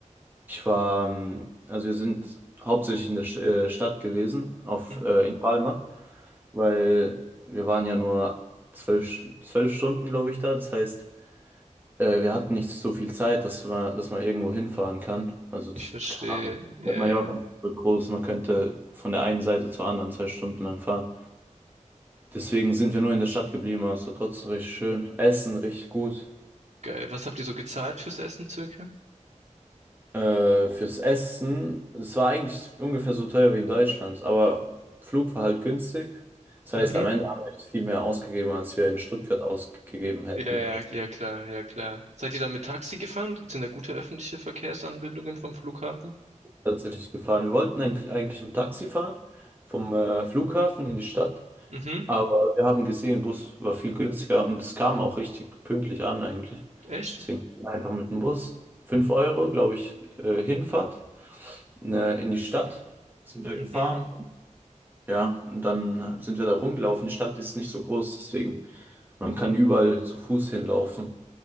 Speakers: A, on the right; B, on the right.
A: ich war, ähm, also wir sind hauptsächlich in der St äh, Stadt gewesen, auf,
B: Hm,
A: äh, in Palma, weil wir waren ja nur zwölf, zwölf Stunden, glaube ich, da. Das heißt, Äh, wir hatten nicht so viel Zeit, dass man, dass man irgendwo hinfahren kann. Also, das-
B: Ich verstehe.
A: keine Ahnung.
B: Ja, ja.
A: Mallorca
B: ja.
A: ist so groß, man könnte von der einen Seite zur anderen zwei Stunden lang fahren. Deswegen sind wir nur in der Stadt geblieben, aber es war trotzdem richtig schön. Essen richtig gut.
B: geil. Was habt ihr so gezahlt fürs Essen circa?
A: Äh, fürs Essen, es war eigentlich ungefähr so teuer wie in Deutschland, aber Flug war halt günstig. Das heißt,
B: Mhm.
A: am Ende haben wir jetzt viel mehr ausgegeben, als wir in Stuttgart ausgegeben hätten.
B: Ja,
A: Wahrscheinlich
B: ja, ja, klar, ja, klar. Seid ihr dann mit Taxi gefahren? Sind da gute öffentliche Verkehrsanbindungen vom Flughafen?
A: tatsächlich gefahren. Wir wollten eigentlich eigentlich ein Taxi fahren vom äh, Flughafen in die Stadt.
B: Mhm,
A: Aber wir haben gesehen, Bus war viel günstiger und es kam auch richtig pünktlich an eigentlich.
B: echt?
A: Deswegen einfach mit dem Bus. fünf Euro, glaube ich, äh, Hinfahrt ne, in die Stadt. Sind wir
B: Mhm.
A: gefahren. Ja, und dann sind wir da rumgelaufen. Die Stadt ist nicht so groß, deswegen man kann überall zu Fuß hinlaufen.